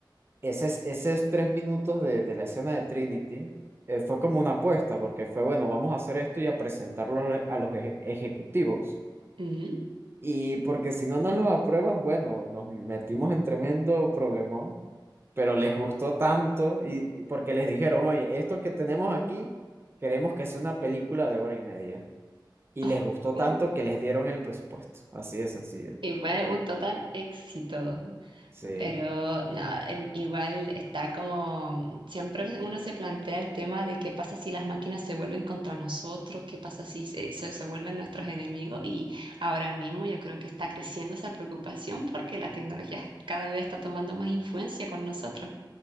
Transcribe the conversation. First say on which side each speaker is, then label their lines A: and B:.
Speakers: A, on the right; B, on the right.
A: esos, esos tres minutos de, de la escena de Trinity eh, fue como una apuesta, porque fue, bueno, vamos a hacer esto y a presentarlo a los eje- ejecutivos,
B: Ujú.
A: y porque si no nos lo aprueban, bueno, nos metimos en tremendo problemón. pero les gustó tanto y y porque les dijeron, oye, esto que tenemos aquí, queremos que sea una película de hora y media. Y
B: <laughs>
A: les gustó tanto
B: Oh, uh.
A: que les dieron el presupuesto. Así de sencillo.
B: Y fue un total éxito.
A: Sí,
B: Pero no, em, igual está como, siempre uno se plantea el tema de qué pasa si las máquinas se vuelven contra nosotros, qué pasa si se, se- se vuelven nuestros enemigos y ahora mismo yo creo que está creciendo esa preocupación porque la tecnología cada vez está tomando más influencia con nosotros.